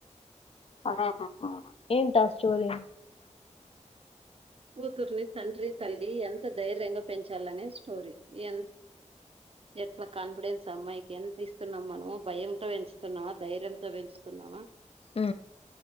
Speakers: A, on the left; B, on the right.
A: అదే చేస్తున్న ఏం టాస్క్ చోరీ
B: కూతుర్నీ తండ్రి తల్లి ఎంత ధైర్యంగా పెంచ్ వల్లనే స్టోరీ ఎన్ ఎట్లా కాన్ఫిడెన్స్ అమ్మాయికి ఎంత ఇస్తున్నామ్ మనము భయంతో పెంచుతున్నామా ధైర్యంతో పెంచుతున్నామ
A: ఉ